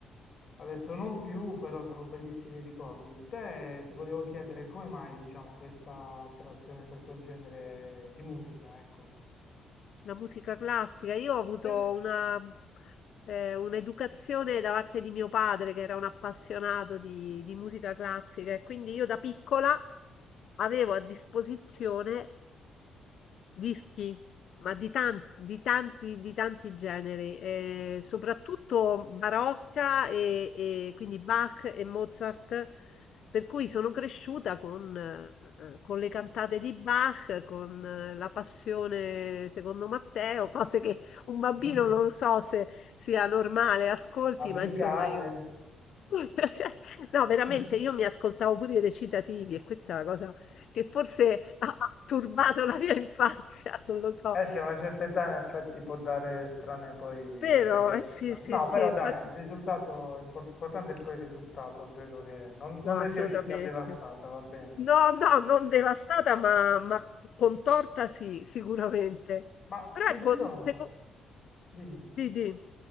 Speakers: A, on the left; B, on the left.
A: adesso non più, però sono bellissimi ricordi. Te ti volevo chiedere come mai, diciamo, questa attrazione per quel genere di musica, ecco.
B: La musica classica. Io ho avuto
A: Eh,
B: una, eh, un'educazione da parte di mio padre, che era un appassionato di, di musica classica, e quindi io da piccola avevo a disposizione Whisky, ma di tanti, di tanti, di tanti generi, eh, soprattutto barocca e, e quindi Bach e Mozart, per cui sono cresciuta con, eh, con le cantate di Bach, con eh, la passione secondo Matteo, <laughs> cose che un bambino
A: <laughs>
B: non lo so se sia normale, ascolti,
A: Madrigale.
B: ma insomma io... <laughs>
A: <laughs>
B: No, veramente, io mi ascoltavo pure i recitativi e questa è la cosa che forse <laughs> ha ha turbato la mia infanzia, <laughs> non lo so.
A: Eh sì, a una certa età in effetti può dare strane poi
B: Vero,
A: deviazioni.
B: eh sì, sì,
A: No,
B: sì,
A: però
B: infatti
A: dai, il risultato impor- importante è poi il risultato, credo che non, non
B: no,
A: ne
B: assolutamente.
A: sia uscita devastata, va bene.
B: No, no, non devastata, ma, ma contorta sì, sicuramente.
A: Ma
B: Però
A: ti
B: ecco,
A: dirò,
B: secondo...
A: dimmi.
B: Di, di.